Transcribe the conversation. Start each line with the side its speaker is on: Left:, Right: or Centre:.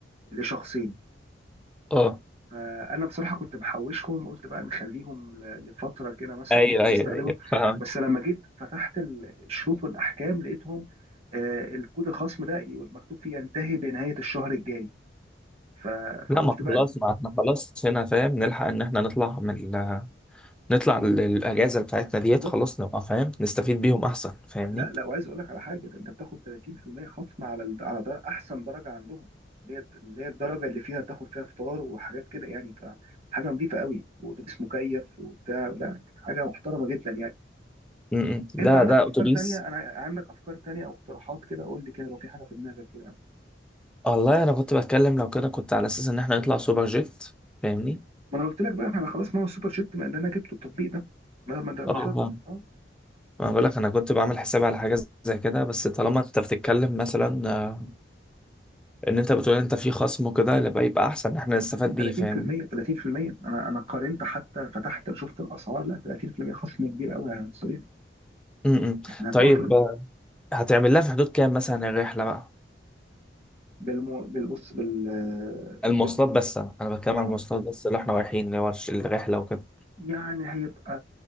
Right: لشخصين
Centre: اه
Right: فانا بصراحه كنت محوشهم قلت بقى نخليهم ل- لفتره كده مثلا
Centre: ايوه
Right: ممكن
Centre: ايوه
Right: استخدمهم
Centre: ايوه فاهم
Right: بس لما جيت فتحت ال- الشروط والاحكام لقيتهم آه، الكود الخصم ده يقول مكتوب فيه ينتهي بنهايه الشهر الجاري ف...
Centre: لا
Right: فقلت
Centre: ما خلاص
Right: بقى
Centre: ما احنا خلاص هنا فاهم نلحق ان احنا نطلع من ال... نطلع ال- الاجازه بتاعتنا ديت
Right: بالظبط
Centre: خلاص نبقى فاهم نستفيد بيهم احسن فاهمني؟
Right: لا لا وعايز اقول لك على حاجه ده انت بتاخد 30% خصم على ال... على در... احسن درجه عندهم اللي هي اللي هي الدرجه اللي فيها بتاخد فيها فطار وحاجات كده يعني فحاجه نظيفه قوي واتوبيس مكيف وبتاع لا حاجه محترمه جدا يعني
Centre: امم
Right: انت
Centre: ده
Right: عندك
Centre: ده
Right: افكار
Centre: اتوبيس
Right: تانية انا عندك افكار تانية او اقتراحات كده قول لي كده لو في حاجه في دماغك كده قبل
Centre: والله انا كنت بتكلم لو كده كنت على اساس ان احنا نطلع سوبر جيت فاهمني
Right: ما انا قلت لك بقى احنا خلاص ما هو السوبر شيت ما اللي انا جبته التطبيق ده ما ما ما, ما...
Centre: اه آه.
Right: ده
Centre: ما بقول لك انا كنت بعمل حساب على حاجه زي كده بس طالما انت بتتكلم مثلا آه، ان انت بتقول انت في خصم وكده يبقى يبقى احسن ان احنا نستفاد
Right: لكن 30%
Centre: بيه فاهمني
Right: 30% انا انا قارنت حتى فتحت شفت الاسعار لا 30% خصم كبير قوي يا صديقي
Centre: م-م.
Right: احنا هتوفر
Centre: طيب آه، هتعمل لها في حدود كام مثلا الرحله بقى
Right: بالمو... بالبص بال...
Centre: المواصلات
Right: بال
Centre: بس انا أنا بتكلم
Right: اه
Centre: عن المواصلات بس اللي احنا رايحين اللي هو الش- الرحله وكده
Right: يعني هيبقى